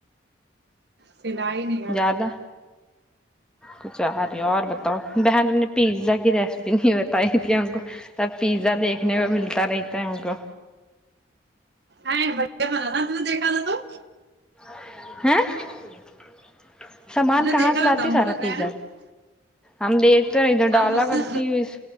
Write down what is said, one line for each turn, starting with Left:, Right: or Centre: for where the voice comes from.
Right: سلائی نہیں کر
Centre: زیادہ کچھ آ رہی اور بتاؤ بہن تم نے پیزا کی ریسیپی نہیں بتائی تھی ہم کو تب پیزا دیکھنے میں ملتا رہتا ہے ہم کو
Right: ا بھیا بنا نا ت دیکھاا تو <unintelligible>
Centre: <unintelligible> سامان
Right: تم نے
Centre: کہاں
Right: دیکھا
Centre: سے لاتی
Right: دم
Centre: سارا
Right: کو لگ
Centre: پیزا
Right: رہا ہے نا
Centre: ہم دیکھ تھر د ڈالا
Right: ہم اس سے
Centre: کرتی ہوئی